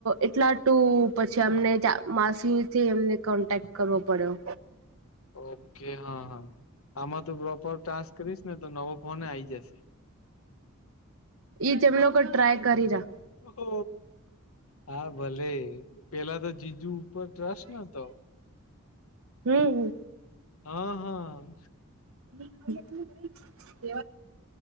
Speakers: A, on the right; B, on the left.
A: એટલા ટું પછી અમને માસીથી એમને કો તક્ટ કરવો પડ્યો
B: ઓકે હા હા આમાં તો પ્રોપર ટાસક કરીશ ને તો નવો ફોન એ આવી જશે
A: ઈ જ અમ લોકો ટ્રાય કરી રા્યા
B: ઓ હા અ ભલે પેલા તો જીજુ ઉપર ટ્રસ્ટ નોતો
A: હમ હ
B: હ હ
A: <inaudible>